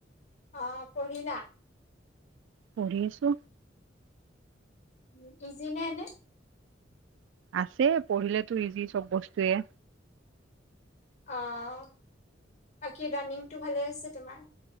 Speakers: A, on the left; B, on the right.
A: অ পঢ়িলা।
B: পঢ়ি আছো।
A: উম ইজি নে এনে।
B: আছে পঢ়িলেতো ইজি চব বস্তুৱয়ে।
A: অ বাকী ৰাণিংটো ভালে আছে তোমাৰ।